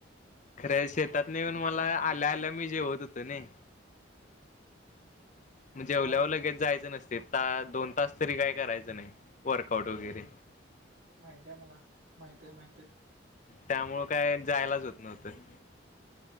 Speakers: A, on the left; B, on the right.
A: खर शेतात नेऊन मला
B: हा
A: आल्या आल्या मी जेवत होतो नई <inaudible> म जेवल्यावर
B: हा
A: लगेच जायचं नसत. ते दोन तास तरी काय करायचं नाही वर्कआउट वगैरे.
B: माहित आहे मला. माहित आहे, माहित आहे.
A: त्यामुळं काय जायलाच होत नव्हतं. <inaudible>